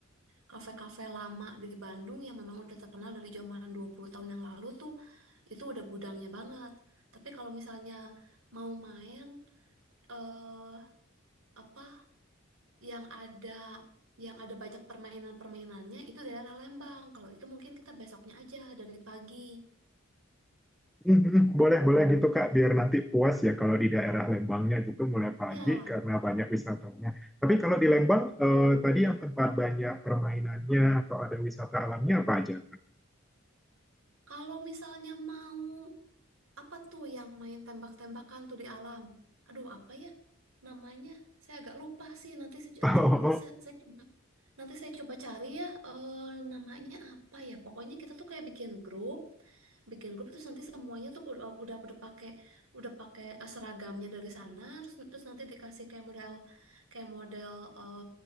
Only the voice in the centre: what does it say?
<laughs> boleh boleh gitu Kak. Biar nanti puas ya kalau di daerah Lembangnya gitu mulai pagi
karena banyak wisatanya. Tapi kalau di Lembang, eh, tadi yang tempat banyak permainannya atau ada wisata alamnya apa aja Kak?
<laughs>
Oh,